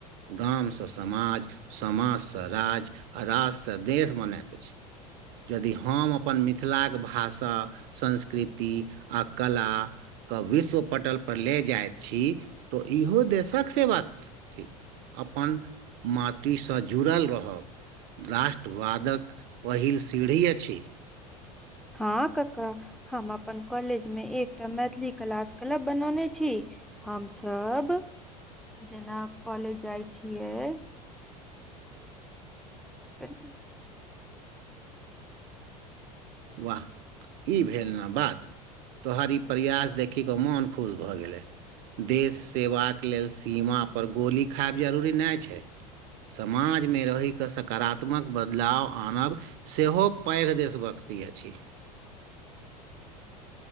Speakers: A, on the right; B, in the centre.
A: गामसँ समाज समाजसँ राज्य आ राज्यसँ देश बनाइत अछि यदि हम अपन मिथिलाक भाषा संस्कृति आ कला कऽ विश्व पटल पर ले जाइत छी तऽ इहो देशक सेवा ठीक अपन माटिसँ जुड़ल रहब राष्ट्रवादक पहिल सीढ़ी अछि
B: हँ काका हम अपन कॉलेज मे एकटा मैथिली क्लास क्लब बनौने छी हम सब <inaudible> जेना कॉलेज जाइ छियै <unintelligible>
A: वाह ई भेल ने बात तोहर ई प्रयास देखि कऽ ओ मोन खुश भऽ गेलै देश सेवाक लेल सीमाापर गोली खायब जरूरी नहि छै समाजमे रहि कऽ सकारात्मक बदलाव आनब सेहो पैर देश भक्ति अछि